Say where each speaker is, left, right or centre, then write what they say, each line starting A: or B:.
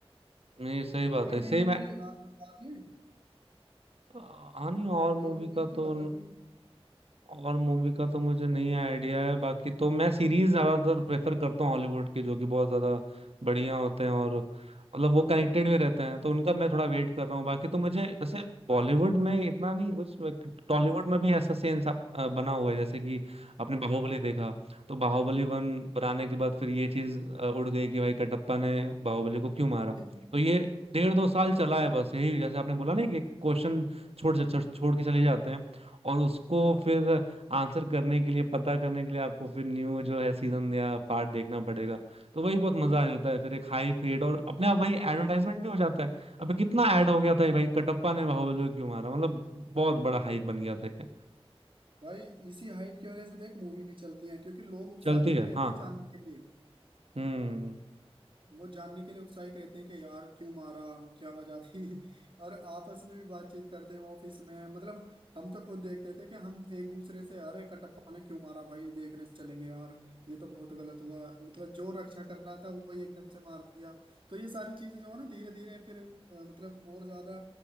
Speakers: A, on the right (about 75°); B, on the right (about 55°).
A: नहीं सही बात
B: कोई
A: है सही
B: नई मूवी
A: मैं
B: आ, आ रही है
A: हाँ नहीं और
B: नई
A: मूवी
B: मूवी
A: का तो
B: का बता कोई
A: और मूवी का तो मुझे नहीं आइडिया है बाकी तो मैं सीरीज ज्यादातर प्रेफर करता हूँ हॉलीवुड के जो कि बहुत ज्यादा बढ़िया होते हैं और मतलब वो कनेक्टेड भी रहते हैं तो उनका मैं थोड़ा वेट कर रहा हूँ बाकी तो मुझे वैसे बॉलीवुड में इतना नहीं कुछ टॉलीवुड में भी ऐसा सेंस आप अ, बना हुआ है जैसे कि आपने बाहुबली देखा तो बाहुबली वन बनाने के बाद फिर ये चीज अ, उड़ गई कि भाई कटप्पा ने बाहुबली को क्यों मारा
B: <laughs>
A: तो ये डेढ़ दो साल चला है बस यही जैसे आपने बोला ना कि क्वेश्चन छोड़ छोड़ के चले जाते हैं और उसको
B: हाँ
A: फिर आंसर करने के लिए पता करने के लिए आपको फिर न्यू जो है सीजन या पार्ट देखना पड़ेगा तो वही बहुत मजा आ जाता है फिर एक हाई पीरियड और अपने आप वही एडवर्टाइजमेंट भी हो जाता है अबे कितना ऐड हो गया था ये भाई कटप्पा ने बाहुबली को क्यों मारा मतलब बहुत बड़ा हाइप बन गया था ये
B: भाई इसी हाइप की वजह से देख मूवी भी चलती है क्योंकि लोग उत्साहित
A: चलती है
B: रहते
A: हाँ
B: हैं जानने के लिए
A: हम्म
B: वो जानने के लिए उत्साहित रहते हैं कि यार क्यों मारा क्या वजह थी <laughs> और आपस में भी बातचीत करते हैं ऑफिस में मतलब हम तो खुद देखते थे कि हम एक दूसरे से अरे कटप्पा ने क्यों मारा भाई देखने चलेंगे यार ये तो बहुत गलत हुआ मतलब जो रक्षा कर रहा था वही एकदम से मार दिया तो ये सारी चीजें जो है ना धीरे धीरे फिर अ, मतलब और ज्यादा